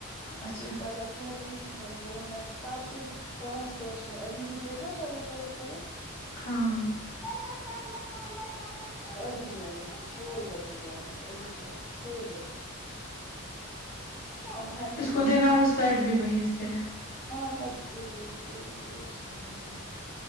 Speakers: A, on the left; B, on the left.
A: اچھا
B: اب یے کلر کر رہی ہے میں نے بولا میں تب سے پانچ پانچ میں ابھی بھی دیکھا چلو چلو چلو
A: ہاں
B: چلو چلو چلو چلو چلو چلو چلو چلو ابھی جائیں گے فور بجے جائیں گے ابھی جائیں گے فور بجے اب ہم ہی
A: اس کو
B: جائیں
A: دینا
B: گے
A: وہ سیٹ بھی وہی سے
B: ہاں میں دیدوگی بولوں گی اس نے دیا ہے